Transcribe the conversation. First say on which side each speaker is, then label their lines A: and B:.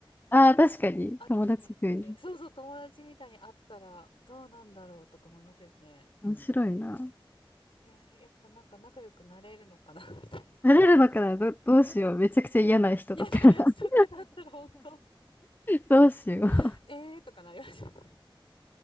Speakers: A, on the left; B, on the left.
A: ああ、確かに。
B: <laughs> 会ってみて、
A: 友達風に。
B: そうそう、友達みたいに会ったらどうなんだろうとか思いますよね。
A: 面白いな。
B: ね、やっぱなんか仲良くなれるのかな <laughs> みたいな。
A: なれるのかなど、どうしよう。めちゃくちゃ嫌な人だったら
B: 嫌なやつとかだったら本当、
A: <laughs> どうしよう。
B: <laughs> ええーとかなりますよね。